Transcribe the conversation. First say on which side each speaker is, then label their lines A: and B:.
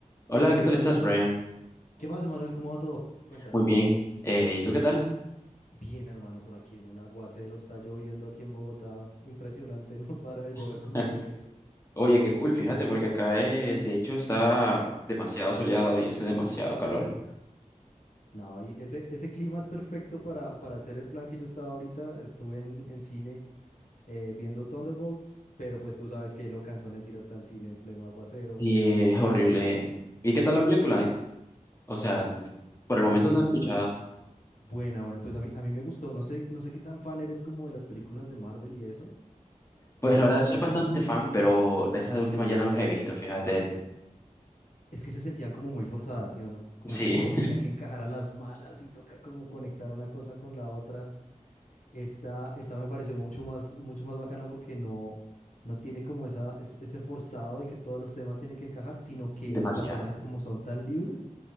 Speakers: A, on the left; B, on the left.
A: Hola, ¿qué tal estás, Brian?
B: ¿Qué más, Emanuel? ¿Cómo va todo? ¿Qué cuentas?
A: Muy bien. Eh, ¿y tú qué tal?
B: Bien, hermano, por aquí en un aguacero, está lloviendo aquí en Bogotá, impresionante, <laughs> no para de llover
A: <laughs>
B: como en tres días.
A: Oye, qué cool, fíjate, porque acá eh, de hecho está demasiado soleado y hace demasiado calor.
B: No, y ese, ese clima es perfecto para, para hacer el plan que yo estaba ahorita, estuve en, en cine eh, viendo Thunderbolts, pero pues tú sabes que lo cansón es ir hasta el cine en pleno aguacero,
A: Y es horrible.
B: esa llovera,
A: ¿Y
B: sí.
A: qué tal la película? O sea, por
B: Buena,
A: el momento no
B: hermano,
A: he escuchado.
B: pues buena, buena, pues a mí, a mí me gustó, no sé, no sé qué tan fan eres como de las películas de Marvel y eso, eh,
A: Pues la verdad soy
B: pero...
A: bastante fan, pero de esas últimas ya no los he visto, fíjate.
B: Es que se sentían como muy forzadas, ¿sí o no? Como
A: Sí,
B: que todo
A: <laughs>
B: tenía que encajar a las malas y toca como conectar una cosa con la otra. Esta, esta me pareció mucho más, mucho más bacana porque no, no tiene como esa, es- ese forzado de que todos los temas tienen que encajar, sino que
A: demasiado.
B: los personajes como son tan libres,